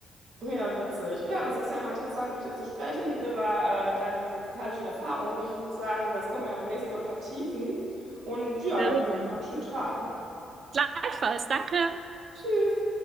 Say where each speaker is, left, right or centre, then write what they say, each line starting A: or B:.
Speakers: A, on the right; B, on the right.
A: Ja, witzig. Ja, das ist ja mal interessant, mit dir zu sprechen über äh, deine musikalischen Erfahrungen. Ich würde sagen, das können wir ja beim nächsten Mal vertiefen. Und ja,
B: Sehr,
A: dann
B: sehr
A: wünsche
B: gerne.
A: ich dir noch einen schönen Tag.
B: Gleichfalls, danke.
A: Tschüss.